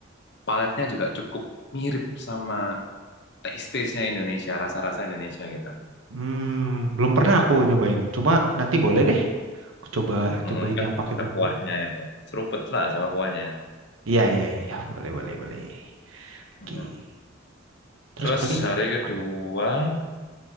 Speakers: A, on the left; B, on the right.
A: paletnya juga cukup mirip sama taste-taste-nya Indonesia, rasa-rasa Indonesia gitu.
B: Hmm, belum pernah aku nyobain. Cuma nanti boleh deh. Aku coba cobain
A: Mm-mm, kan
B: yang pakai
A: ada
B: bumbu.
A: kuahnya itu, seruput lah sama kuahnya.
B: Iya, iya, iya, boleh, boleh, boleh.
A: Mm-mm.
B: Oke. Terus
A: Terus
B: paling
A: hari
B: kemana?
A: kedua